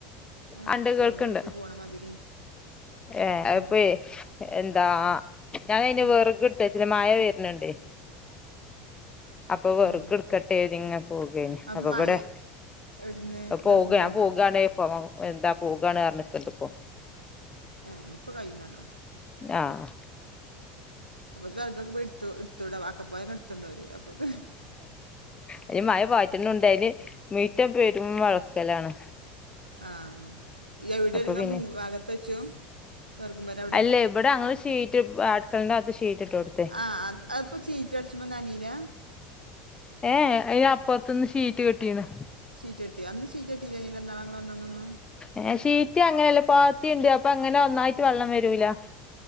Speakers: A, on the right; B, on the left.
A: ആ
B: ആഹ് ണ്ട്
A: സോണിൻ്റെ
B: കേൾക്കിണ്ട്
A: ഇടക്ക് പോണ മാതിരി
B: ഏഹ് അയിപ്പയെ
A: ആ
B: എന്താ ഞാൻ അതിന്
A: ഉം
B: വെറക് എടുത്തവെച്ചില്ല മഴ വരണണ്ട്. അപ്പൊ വെറക്
A: ആ
B: എടുക്കട്ടെ നിങ്ങ പോകയ് നി
A: അപ്പം
B: അപ്പൊ
A: മായ
B: ഇവിടെ
A: എവിടുന്ന് വെറുകും
B: പോക
A: വരെയെന്നോ
B: ഞാ പോകാണ് ഇപ്പൊ എന്താ പോകാണ് പറഞ്ഞിക്കണ്ട് ഇപ്പൊ
A: ആഹ് ഇതിപ്പോ കഴുന്നരണോ
B: ആഹ്
A: അപ്പൊ <unintelligible> എടുത്തോഎട്ത്തൂട് ആക്കം പോലെ ങ്ങ്എടുത്തണ്ടോര് <unintelligible>
B: അതിന് മഴപാറ്റുന്ന കൊണ്ട്, അതിന് മുറ്റം പെരുംവഴുക്കലാണ്.
A: ആഹ് എവിടെണ്
B: അപ്പൊ
A: ങ്ങ
B: പിന്നെ
A: മുൻ ഭാഗത്ത് വെച്ചു വെറക് പുര
B: അല്ല. ഇവിടെ അങ്ങള് ഷീറ്റ്, അളുക്കളന്റെ ഭാഗത്ത് ഷീറ്റ് ഇട്ട് കൊടുക്കും
A: ആഹ് അതിപ്പോ ഷീറ്റ് അടിച്ചുമ്പം നനയൂല്ലാ.
B: ഹേയ്, അയിന് അപ്പുറത്തു നിന്ന് ഷീറ്റ് കെട്ടീന്
A: ഷീറ്റ് കെട്ടിയോ, അന്ന് ഷീറ്റ് കെട്ടിയിട്ടില്ലാരുന്നല്ലോ ന്നാള് ഞങ്ങള് വന്ന അന്നൊന്നും.
B: ഏ, ഷീറ്റ് അങ്ങനെയല്ല പാത്തിയുണ്ട്. അപ്പൊ അങ്ങനെ ഒന്നായിട്ട് വെള്ളം വരൂലാ